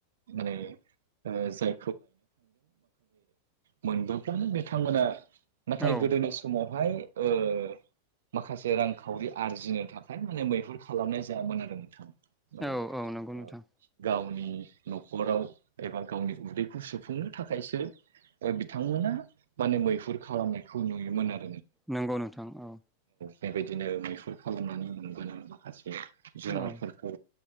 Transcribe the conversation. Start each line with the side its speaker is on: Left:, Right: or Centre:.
Right: माने ओ जाय मोनबोगोन बिथांमोना नाथाय
Centre: औ
Right: गोदोनि समावहाय ओ माखासे रांखावरि आरजिनो थाखाय माने मैहुर खालामनाय जायामोन आरो नोंथां। ओ
Centre: औ औ नंगौ नोंथां
Right: ओ गावनि नखराव एबा गावनि उदै खौ सुफुंनो थाखायसो ओ बिथांमोना माने मैहुर खालामनायखौ नुयोमोन
Centre: नंगौ नोंथां औ।
Right: बे बायदिनो मैहुर खालामनानै मोनबोनाय माखासे जुनारफोरखौ
Centre: औ